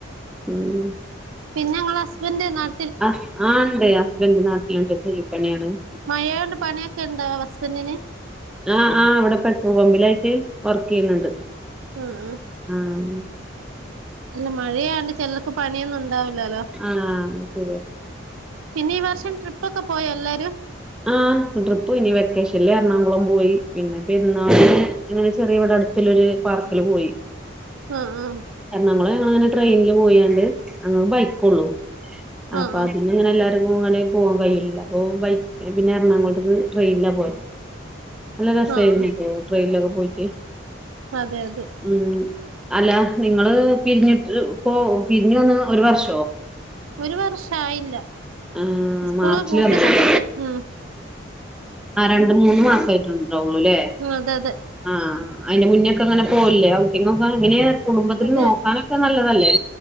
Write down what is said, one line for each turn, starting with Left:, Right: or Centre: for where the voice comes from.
Centre: ഉം
Right: പിന്നെ ഇങ്ങളെ ഹസ്ബന്റെ നാട്ടി
Centre: ആ ഇണ്ട് ഹസ്ബൻഡ് നാട്ടിലുണ്ട് കൂലിപ്പണിയാണ്
Right: മഴയൊണ്ട് പണിയൊക്കെ ഇണ്ടോ ഹസ്ബൻഡിന്
Centre: ആ ആഹ് അവിടെ പെട്രോൾ പമ്പിലായിട്ട് വർക്ക് ചെയ്യുന്നുണ്ട്
Right: ആഹ് ആഹ്
Centre: ആ ഉം
Right: അല്ല മഴയാണ്ട് ചിലർക്ക് പണിയൊന്നും ണ്ടാവില്ലാലോ...
Centre: ആഹ് ശരിയാ
Right: പിന്നെ ഈ വർഷം ട്രിപ്പൊക്കെ പോയ എല്ലാരും
Centre: ആഹ് ട്രിപ്പൂ പോയിനി വെക്കേഷ നില് എറണാകുളം പോയി പിന്നെ പെരുന്നാക്ക് ഇങ്ങനെ ചെറിയ ഇവിടെ അടുത്തില്ലൊരു പാർക്കില് പോയി
Right: ആ ആ
Centre: എറണാകുളം ഞങ്ങളങ്ങനെ ട്രെയിനിൽ പോയാണ്ട് ഞങ്ങ ബൈക്കെള്ളൂ അപ്പ
Right: ആഹ്
Centre: അതിന്ന് അങ്ങനെ എല്ലാരും <unintelligible> പോവാൻ കഴീല്ല അപ്പൊ ബൈക്ക് പിന്നെ എർണാകുളത്തേക്ക് ട്രെയിനിലാ പോയത് നല്ല
Right: ആഹ്
Centre: രസമായിരുന്നു
Right: ആഹ് ആഹ്
Centre: ട്രെയിനിലൊക്കെ പോയിട്ട്
Right: അതെ അതെ
Centre: ഉം അല്ല നിങ്ങള് പിരിഞ്ഞിട്ട് പോ പിരിഞ്ഞു വന്ന് ഒരു വർഷോ
Right: ഒരു വർഷായില്ല
Centre: ആ
Right: സ്കൂള്
Centre: മാർച്ചിലായിര്ന്നുല്ലേ
Right: പൂട്ടിയ സമയത്ത് ഉം
Centre: ആ രണ്ട് മൂന്ന് മാസമായിട്ടുണ്ടണ്ടാവുള്ളുല്ലേ
Right: അതെ അതെ
Centre: ആ അതിന്റെ മുന്നൊക്കെങ്ങനെ പോകലില്ലേ ഔട്ടിങ്ങൊക്കെ അങ്ങനെയ കുടുംബത്തില്
Right: അത്
Centre: നോക്കാനൊക്കെ നല്ലതല്ലേ